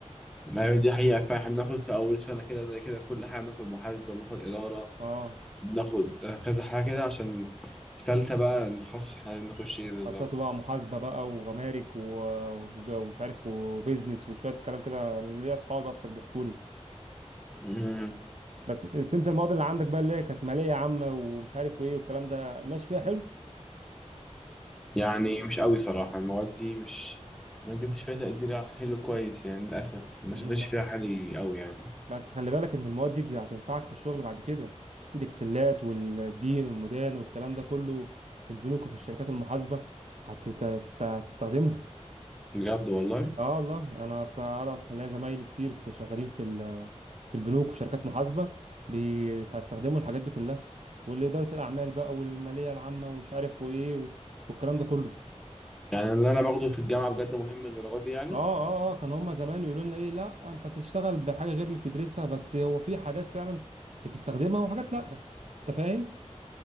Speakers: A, in the centre; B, on the right.
A: ما هي دي حقيقة فاحنا بناخد في أول سنة كده زي كده كل حاجة بناخد محاسبة بناخد إدارة
B: اه
A: بناخد كذا حاجة كده عشان في تالتة بقى نتخصص احنا عايزين نخش ايه بالظبط
B: خصصوا بقى محاسبه بقى وجمارك و... وب- ومش عارف وبيزنس وشويه كلام كده ليا اصحابي اصلك بيحكوا لي
A: مم.
B: بس بس انت المواد اللي عندك بقى اللي هي كانت ماليه عامه ومش عارف وايه والكلام ده ماشي فيها حلو
A: يعني مش قوي صراحة المواد دي مش ما جبتش فيها تقدير حلو كويس يعني للأسف ما
B: مم،
A: شدتش
B: بس
A: فيها حالي قوي يعني
B: بس خلي بالك ان المواد دي هتنفعك في الشغل بعد كده شت الاكسلات والدين والمدان والكلام ده كله في البنوك وفي الشركات المحاسبه هتت- هتست- هتستخدمها
A: بجد والله
B: اه والله انا اصلا انا اصلا ليا زمايلي كتير في شغالين في ال- في البنوك وفي شركات محاسبه بيستخدموا الحاجات دي كلها والاداره الاعمال بقى والماليه العامه ومش عارف وايه و- والكلام ده كله
A: يعني اللي أنا باخده في الجامعة بجد مهم للدرجة دي يعني
B: اه اه اه كان هما زمان يقولوا لنا ايه لا انت بتشتغل بحاجه غير اللي بتدرسها بس هو في حاجات فعلا بتستخدمها وحاجات لا انت فاهم